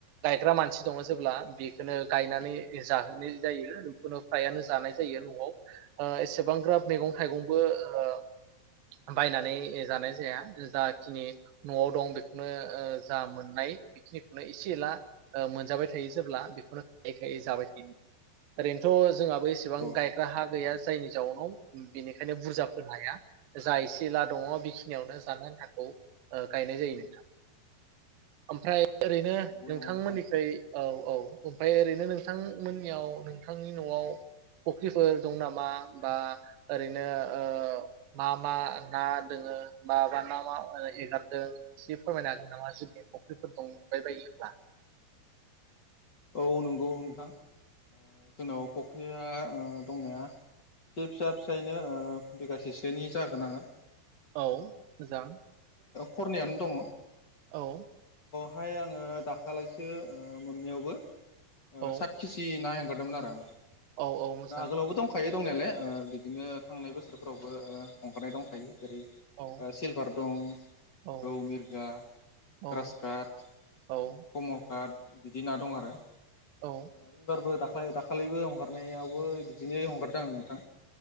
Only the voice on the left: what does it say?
अ
नंगौ
नामा नोंथां
औ नंगौ नोंथां आ जोंनाव फख्रिया दंनाया एसे फिसा फिसायैनो बिगासेसोनि जागोन आरो।
खरनियानो दङ।
हाय आङो दाखालायसो मोननैयावबो। ओ
सात किजि ना हेंगार दोंमोन आरो आङो।
आगोलावबो
दंखायो दंनायालाय बिदिनो थांनाय बोसोर फोरावबो हंगारानाय दंखायो । जेरै
सिलभार दं
रौ मिरगा
ग्रास काट
कमल काट बिदि ना दं आरो
। <unintelligible> दा दाखालिबो हंगारनायावबो बिदिनो हंगारदों आं नोंथां।